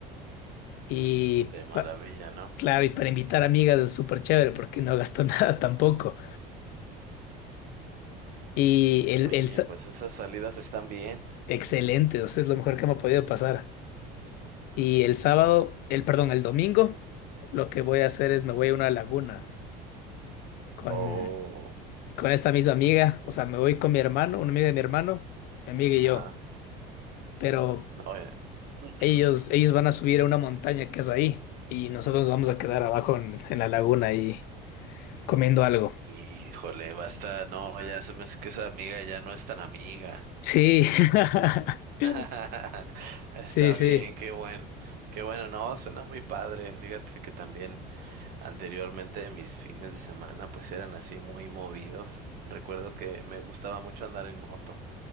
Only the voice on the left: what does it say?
Y,
pa-
claro, y para invitar amigas es súper chévere porque no gasto <laughs> nada tampoco. Y el,
el, sa-
excelente, o sea, es lo mejor que me ha podido pasar. Y el sábado, el, perdón, el domingo, lo que voy a hacer es me voy a una laguna con,
con esta misma amiga. O sea, me voy con mi hermano, una amiga de mi hermano, mi amiga y
yo. Pero
ellos, ellos van a subir a una montaña que es ahí y nosotros nos vamos a quedar abajo en, en la laguna y comiendo algo.
Sí, <laughs>
sí, sí,